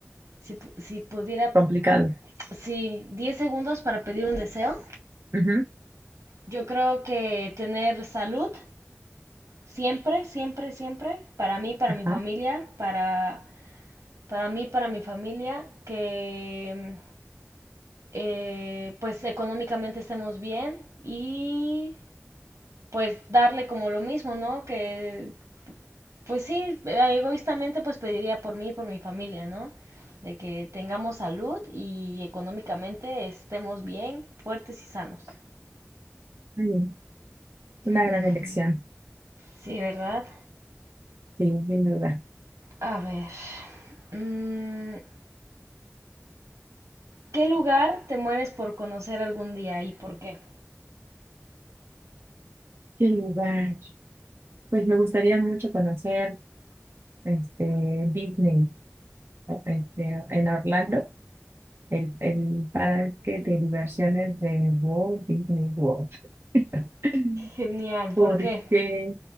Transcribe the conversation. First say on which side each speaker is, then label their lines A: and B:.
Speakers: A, on the right; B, on the right.
A: Si, pu- si pudiera,
B: complicado.
A: sí, 10 segundos para pedir un deseo.
B: Ujú,
A: Yo creo que tener salud siempre, siempre, siempre, para mí, para
B: ajá,
A: mi familia, para, para mí, para mi familia, que eh, pues económicamente estemos bien y pues darle como lo mismo, ¿no? Que pues sí, eh, egoístamente pues pediría por mí y por mi familia, ¿no? De que tengamos salud y económicamente estemos bien, fuertes y sanos.
B: muy bien. Una
A: Ujú.
B: gran elección,
A: Sí, ¿verdad?
B: sí, sin duda.
A: A ver, mm, ¿qué lugar te mueres por conocer algún día y por qué?
B: ¿Qué lugar? Pues me gustaría mucho conocer este, Disney o- este, en Orlando El, el parque de diversiones de Walt Disney World. <laughs>
A: Genial, ¿por
B: Porque,
A: qué?